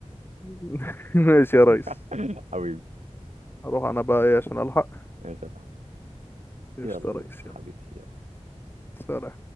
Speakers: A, on the left (about 20°); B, on the right (about 80°).
A: <laughs> ماشي يا ريس
B: <coughs> <laughs> حبيبي
A: هروح انا بقى ايه عشان الحق
B: ماشي يا صاحبي
A: قشطة
B: يلا
A: يا ريس
B: بينا حبيبي
A: يلا
B: يلا
A: سلام